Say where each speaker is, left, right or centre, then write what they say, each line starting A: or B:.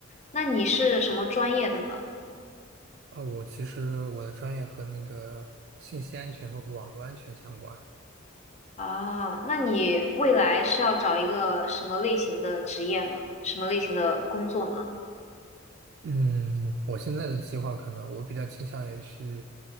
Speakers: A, on the left (about 35°); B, on the right (about 55°).
A: 那你是什么专业的呢？
B: 啊，我其实我的专业和那个信息安全和网络安全相关，
A: 啊，那你未来是要找一个什么类型的职业呢？什么类型的工作呢？
B: 嗯，我现在的计划可能我比较倾向于去，